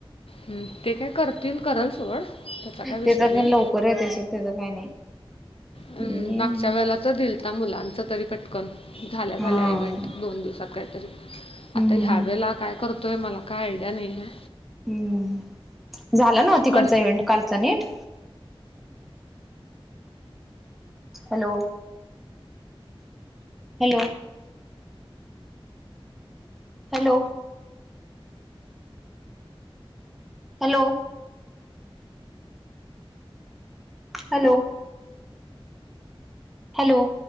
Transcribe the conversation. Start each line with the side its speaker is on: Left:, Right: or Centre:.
Left: हू ते काय करतील करल सोड त्याचा
Centre: त्याच
Left: काय विषय नाही
Centre: लवकर येतय सोड त्याच काय नाही
Left: अ
Centre: हम्म
Left: मागच्या वेळेला तो दिलता मुलांचं तरी पटकन झाल्या झाल्या
Centre: हा
Left: इव्हेंट
Centre: हम्म
Left: दोन दिवसात कायतरी आता
Centre: हम्म
Left: ह्या
Centre: हम्म
Left: वेळेला काय करतोय मला काय आयडिया नाही हाय
Centre: हू झाला ना तिकडचा
Left: पण
Centre: इव्हेंट कालचा नीट hello hello hello hello hello hello